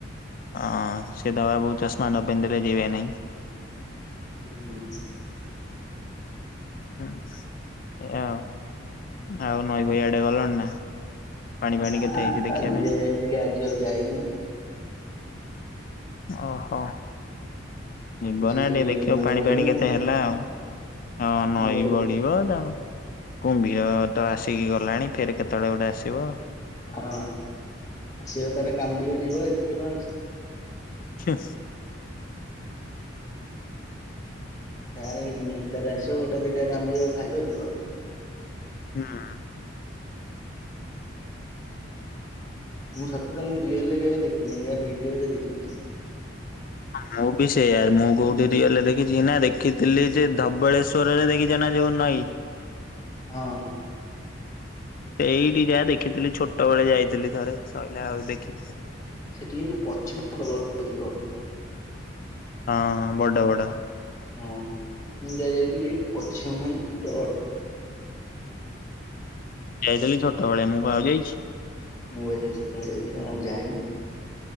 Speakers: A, on the left (about 45°); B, on the left (about 15°).
A: ହଁ ସେ ଦବା ବହୁ ଚଷମା ନ ପିନ୍ଧିଲେ ଯିବେ ନାହିଁ
B: ହୁଁ
A: ହୁଁ ଏଆ ଆଉ ନଈ ଫଇଆଡେ ଗଲଣି ନା ପାଣି ଫାଣି
B: ନା
A: କେତେ ହେଇଛି ଦେଖିବା
B: କାଲି
A: ପାଇଁ?
B: ଯାହା ଯାଇଥିଲି ଆଜି ଆଉ ଯାଇନି
A: ଓହୋ
B: ଆଉ
A: ଯିବ
B: କିଛି
A: ନା
B: ଦିନ
A: ଟିକେ ଦେଖିବ
B: ହେଲେ ନଈ
A: ପାଣି
B: ବଢିବନି
A: ପାାଣି କେତେ ହେଲା
B: କି
A: ଆଉ ହଁ ନଈ
B: ମୁଁ କହିଲି
A: ବ ପିବ କୁମ୍ଭୀର ତ ଆସିକି ଗଲାଣି ଫେର କେତେବେଳେ ଗୋଟେ ଆସିବ
B: ହଁ ସିଏ ତାର କାମୁଡିବ ଯିବ ଏଥିରେ କଣ ଅଛି
A: ହୁଁ
B: ତାର କିଛି ନାହିଁ ତାର ଆସିବ ଗୋଟେ ଦିଟା କାମୁଡିବ ଖାଇବ ଯିବ
A: ହଁ
B: ମୁଁ ସତରେ ମୁଁ ରିଏଲ ରେ କେବେ ଦେଖିନି ଯାହା ଭିଡିଓ ରେ ଦେଖିଛି
A: ହ ମୁଁ ବି ସେଇଆା ମୁଁ କୋଉଠି ରିୟଲେ ଦେଖିଛି ନା ଦେଖିଥିଲି ଯେ ଧବଳେଶ୍ଵର ରେ ଦେଖିଛ ନା ଯୋଉ ନଈ
B: ହଁ
A: ସେଇଠି ଯାହା ଦେଖିଥିଲି ଛୋଟ ବେଳେ ଯାଇଥିଲି ଥରେ ସଇଲା ଆଉ ଦେଖିନି
B: ସେଠି କିନ୍ତୁ କଛିମ ପ୍ରବଳ ଦେଖିବ
A: ହଁ ବଡ ବଡ
B: ହଁ ମୁଁ ଯାହା ଯାଇଥିଲି କଛିମ ମାନେ ପ୍ର
A: ଯାଇଥିଲି ଛୋଟବେଳେ ମୁଁ କଣ ଆଉ ଯାଇଛି
B: ମୁଁ ବା ସେଇ ଛୋଟବେଳେ ଯାଇଥିଲି ଆଉ ଯାଇନି